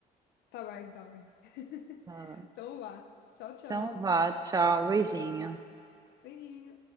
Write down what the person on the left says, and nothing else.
tá bem, tá bem. <laughs>
Então vá. Tchau, tchau.
Beijinho.